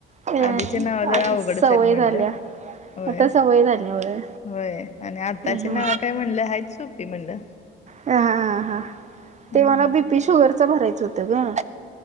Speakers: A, on the right (about 35°); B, on the left (about 35°).
A: अ
B: आधीचे नाव
A: आता
B: जरा उघडच
A: सवय
B: आहेत म्हणलं
A: झाल्या
B: होय
A: आता सवय झाल्या व्हय
B: होय आणि आताची
A: हा
B: नाव काय म्हणले हाय चूप ती म्हणलं
A: हा हा हा
B: हम्म
A: ते मला बीपी शुगरच भरायचं होतं ग